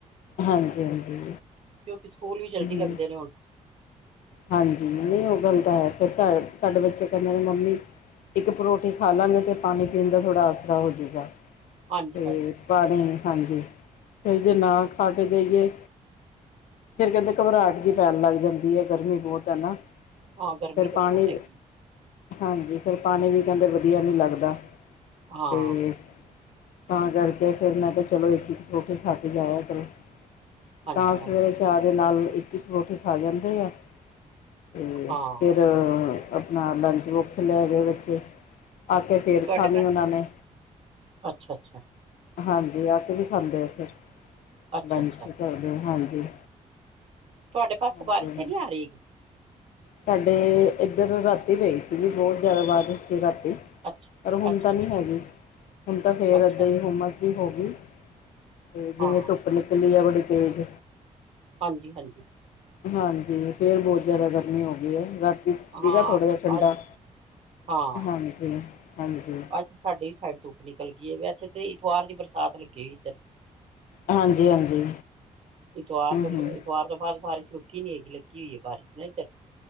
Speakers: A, on the left; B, on the right.
A: ਹਾਂਜੀ ਹਾਂਜੀ।
B: ਕਿਓਕਿ ਸਕੂਲ ਵੀ ਜਲਦੀ ਲੱਗਦੇ
A: ਹੂੰ, ਹੂੰ।
B: ਨੇ ਹੁਣ
A: ਹਾਂਜੀ ਨਹੀਂ ਉਹ ਗੱਲ ਤਾਂ ਹੈ, ਫਿਰ ਸਾ ਸਾਡੇ ਬੱਚੇ ਕੈਂਦੇ ਨੇ ਮੰਮੀ ਇੱਕ ਪਰੋਠੀ ਖਾ ਲੈਨਗੇ ਤੇ ਪਾਨੀ ਪੀਨ ਦਾ ਥੋੜ੍ਹਾ ਆਸਰਾ ਹੋਜੂਗਾ
B: ਹਾਂਜੀ
A: ਫੇਰ
B: ਹਾਂਜੀ
A: ਪਾਨੀ, ਹਾਂਜੀ ਤੇ ਜੇ ਨਾ ਖਾ ਕੇ ਜਾਈਏ ਫੇਰ ਕੈਂਦੇ ਘਬਰ੍ਹਾਟ ਜੀ ਪੈਨ ਲੱਗ ਜਾਂਦੀ ਐ। ਗਰਮੀ ਬੋਤ ਐ ਨਾ
B: ਹਾਂ ਗਰਮੀ
A: ਫੇਰ
B: ਤਾਂ
A: ਪਾਣੀ
B: ਬਹੁਤ ਹੈਗੀ
A: ਹਾਂਜੀ, ਫੇਰ ਪਾਣੀ ਵੀ ਕੈਂਦੇ ਵਧੀਆ ਨੀ ਲਗਦਾ
B: ਹਾਂ
A: ਤੇ ਤਾਂ ਕਰਕੇ ਫੇਰ ਮੈਂ ਕਿਹਾ ਚਲੋ ਈਕ-ਈਕ ਪਰੋਟੀ ਖਾ ਕੇ ਜਾਇਆ ਕਰੋ।
B: ਹਾਂਜੀ
A: ਤਾਂ
B: ਹਾਂਜੀ
A: ਸਵੇਰੇ ਚਾਅ ਦੇ ਨਾਲ ਈਕ-ਈਕ ਪਰੋਠੀ ਖਾ ਜਾਂਦੇ ਐ। ਤੇ
B: ਹਾਂ
A: ਫੇਰ ਆਪਨਾ ਲੰਚ ਬੋਕਸ ਲੈ ਗਏ ਬੱਚੇ ਆ ਕੇ ਫੇਰ
B: ਤੁਹਾਡੇ
A: ਖਾਨੀ
B: ਪਾਸ
A: ਓਨਾਂ ਨੇ
B: ਅੱਛਾ ਅੱਛਾ
A: ਹਾਂਜੀ ਆ ਕੇ ਵੀ ਖਾਂਦੇ ਐ ਫੇਰ
B: ਅੱਛਾ-ਅੱਛਾ,
A: ਲੰਚ ਕਰਦੇ, ਹਾਂਜੀ।
B: ਤੁਆਡੇ
A: ਹਾਂਜੀ
B: ਪਾਸੇ ਬਾਰਿਸ਼
A: ਹਾਂਜੀ
B: ਤੇ ਨੀ ਆ ਰੀ ਹੇਗੀ?
A: ਸਾਡੇ ਇੱਧਰ ਰਾਤੀ ਪਈ ਸੀਗੀ ਬੋਤ ਜ਼ਿਆਦਾ ਬਾਰਸ਼ ਸੀ ਰਾਤੀ।
B: ਅੱਛਾ,
A: ਪਰ ਹੁਣ
B: ਅੱਛਾ-ਅੱਛਾ,
A: ਤਾਂ ਨੀ ਹੈਗੀ,
B: ਅੱਛਾ,
A: ਹੁਨ ਤਾਂ ਫੇਰ
B: ਅੱਛਾ
A: ਏਦਾਂ ਈ ਹੁਮਸ ਜੀ ਹੋ ਗੀ। ਤੇ
B: ਹਾਂ,
A: ਜਿਵੇਂ ਤੁੱਪ ਨਿਕਲੀ ਐ ਬੜੀ ਤੇਜ਼
B: ਹਾਂਜੀ ਹਾਂਜੀ।
A: ਹਾਂਜੀ, ਫੇਰ ਬੋਤ ਜਾਦਾ ਗਰਮੀ ਹੋ ਗੀ ਐ। ਵਿਚ
B: ਹਾਂ,
A: ਸੀਗਾ ਥੋੜਾ ਜਾ ਠੰਡਾ,
B: ਅੱਜ ਹਾਂ,
A: ਹਾਂਜੀ-ਹਾਂਜੀ।
B: ਅੱਜ ਸਾਡੇ ਵੀ ਸਾਈਡ ਤੁੱਪ ਨਿਕਲ ਗੀ ਏ ਵੈਸੇ ਤੇ ਇਤਵਾਰ ਦੀ ਬਰਸਾਤ ਲੱਗੀ ਹੋਈ ਇੱਧਰ
A: ਹਾਂਜੀ ਹਾਂਜੀ
B: ਈਤਵਾਰ
A: ਹਮ
B: ਤੋਂ
A: ਹਮ
B: ਈਤਵਾਰ ਤੋਂ ਬਾਅਦ ਬਾਰਿਸ਼ ਰੁਕ ਕੀ ਨੀ ਏਗੀ ਲੱਗੀ ਓਈ ਏ ਬਾਰੀਸ਼ ਨਾ ਏਧਰ